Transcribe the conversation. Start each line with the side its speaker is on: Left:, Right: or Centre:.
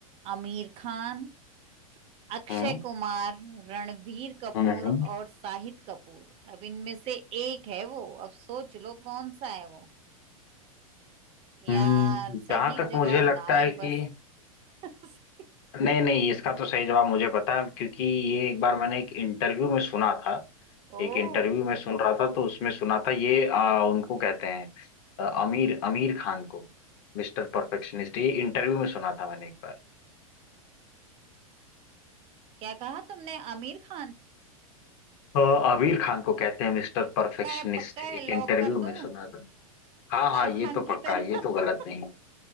Right: आमिर खान अक्षय
Left: हम्म
Right: कुमार रणवीर कपूर
Left: हम्म
Right: और शाहिद कपूर अब इनमें से एक है वो अब सोच लो कौन सा है वो यार
Left: हम्म,
Right: सही
Left: जहाँ तक
Right: जवाब
Left: मुझे लगता
Right: ना आए
Left: है कि
Right: बस <laughs>
Left: नहीं नहीं इसका तो सही जवाब मुझे पता है क्योंकि ये एक बार मैंने एक इंटरव्यू में सुना था
Right: ओह
Left: एक इंटरव्यू में सुन रहा था तो उसमें सुना था ये आ, उनको कहते हैं अ, आमिर आमिर खान को मिस्टर परफेक्शनिस्ट ये इंटरव्यू में सुना था मैंने एक बार
Right: क्या कहा तुमने आमिर खान
Left: अ, आमिर खान को कहते हैं मिस्टर परफेक्शनिस्ट
Right: पक्का है पक्का
Left: एक
Right: है लॉक
Left: इंटरव्यू
Right: कर दूं
Left: में सुना था हाँ
Right: शाहरुख
Left: हाँ ये
Right: खान
Left: तो
Right: की
Left: पक्का
Right: तरह
Left: है ये तो गलत
Right: <laughs>
Left: नहीं है